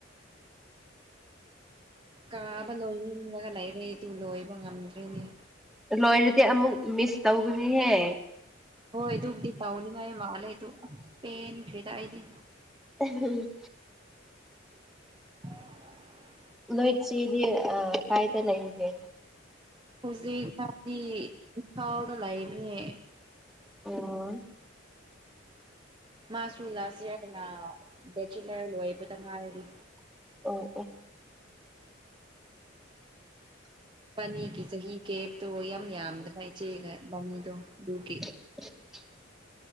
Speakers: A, on the right (about 25°); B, in the centre.
A: ꯀꯥꯕ ꯂꯣꯏꯅꯤꯡꯔꯒ ꯂꯩꯔꯦ ꯑꯗꯨ ꯂꯣꯏꯕ ꯉꯝꯗ꯭ꯔꯦꯅꯦ
B: ꯂꯣꯏꯔꯗꯤ ꯑꯃꯨꯛ ꯃꯤꯁ ꯇꯧꯒꯅꯤꯍꯦ
A: ꯍꯣꯏ ꯑꯗꯨꯕꯨꯗꯤ ꯄꯥꯎꯅꯤꯡꯉꯥꯏ ꯃꯥꯜꯂꯦ ꯑꯗꯨ ꯄꯦꯟꯈꯔꯦꯗ ꯑꯩꯗꯤ
B: ꯝ
A: ꯑꯣ
B: ꯅꯣꯏꯆꯤꯗꯤ ꯑꯥ ꯀꯥꯏꯗ ꯂꯩꯒꯦ
A: ꯍꯧꯖꯤꯛ ꯐꯥꯎꯗꯤ ꯏꯝꯐꯥꯜꯗ ꯂꯩꯕꯅꯦ
B: ꯑꯣ
A: ꯃꯥꯁꯨ ꯂꯥꯁ ꯏꯌꯥꯔꯅ ꯕꯦꯆꯤꯂꯔ ꯂꯣꯏꯕꯗ ꯉꯥꯏꯔꯤ
B: ꯑꯣ ꯑꯣ
A: ꯏꯕꯥꯅꯤꯒꯤ ꯆꯍꯤ ꯒꯦꯞꯇꯣ ꯌꯥꯝ ꯌꯥꯝꯗꯕ ꯏꯆꯦꯒ ꯏ ꯑꯗꯨꯒꯤ
B: <unintelligible>